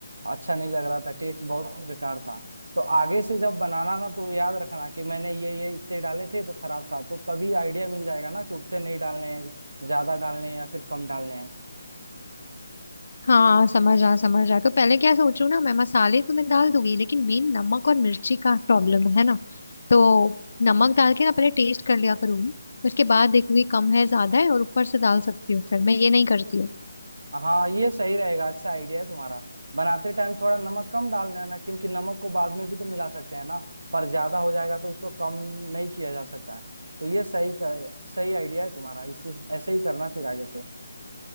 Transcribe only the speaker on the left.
हाँ समझ आ समझ आ तो पहले क्या सोचू ना मैं मसाले तो मैं डाल दूंगी लेकिन मेन नमक और मिर्ची का प्रॉब्लम है ना तो नमक डाल के ना पहले टेस्ट कर लिया करूंगी उसके बाद देखूंगी कम है ज्यादा है और ऊपर से डाल सकती हूँ फिर मैं ये नहीं करती हूँ